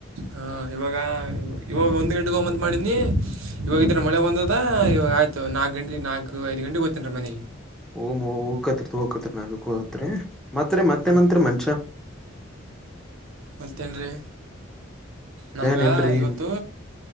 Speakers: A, on the right; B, in the centre.
A: ಹಾ ಇವಾಗ ಇವಾಗ ಒಂದ್ ಗಂಟೆಗೆ ಹೋಗಮ್ಮತ್ ಮಾಡಿನಿ ಇವಾಗ ಇದಿದ್ರ ಮಳೆ ಬಂದದಯ್ತ ನಾಕಕ್ ಗಂಟೆಗೆ ನಾಲ್ಕು ಐದು ಗಂಟೆಗೆ ಗೋತ್ತೇನಿೀ ಮನೆಗೆ
B: ಓ ಹಕ ಹೋಗಕತ್ ನಾಗಕ್ ಹತ್ ಮತ್ತ ಮತ್ತೆನಂತರ
A: ಹಾಂ
B: ಮನ್ಷ್ಯ
A: ಮತ್ತೇನ್ೀ ನಮ್ಗ
B: ಏನ್ ಇಲ್ರಿ
A: ಇವತ್ತು